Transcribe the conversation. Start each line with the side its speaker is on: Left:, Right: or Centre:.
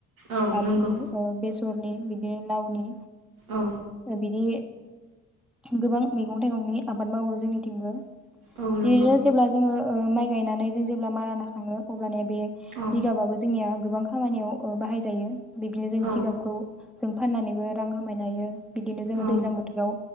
Right: औ
Centre: आलुनि
Right: नंगौ
Centre: ओ बेसर बिदिनो लावनि
Right: औ
Centre: बिदि गोबां मैगं थाइगंनि आबाद मावो जोंनिथिंबो
Right: औ नंगौ
Centre: बिदिनो जेब्ला जोंङो माइ गायनानै जों जेब्ला मारा होखाङो बे
Right: औ
Centre: जिगाबाबो जोंनिया गोबां खामानियाव बाहायजायो बिदिनो जों
Right: औ
Centre: जिगाबखौ जों फाननानैबो रां खामायनो हायो बिदिनो जोंङो
Right: औ
Centre: दैज्लां बोथोराव